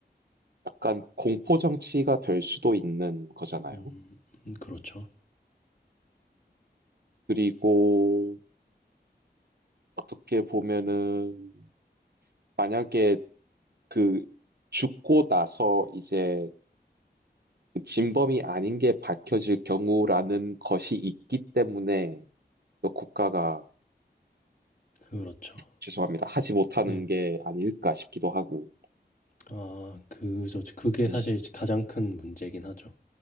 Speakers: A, on the right; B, on the left.
A: 약간 공포 정치가 될 수도 있는 거잖아요.
B: 음, 음, 그렇죠.
A: 그리고 어떻게 보면은 만약에 그 죽고 나서 이제 그 진범이 아닌 게 밝혀질 경우라는 것이 있기 때문에 또 국가가
B: 그렇죠.
A: 죄송합니다. 하지 못하는
B: 네.
A: 게 아닐까 싶기도 하고.
B: 아, 그, 저, 그게 사실
A: 음.
B: 가장 큰 문제긴 하죠.